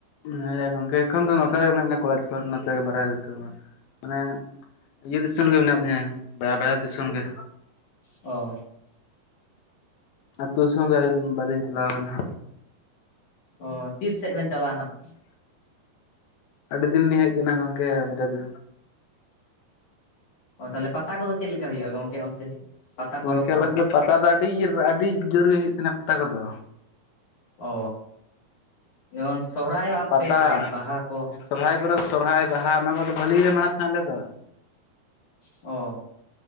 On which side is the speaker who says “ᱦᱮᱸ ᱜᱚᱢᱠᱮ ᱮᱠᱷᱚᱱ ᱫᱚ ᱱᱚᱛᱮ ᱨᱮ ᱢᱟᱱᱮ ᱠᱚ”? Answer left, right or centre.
Left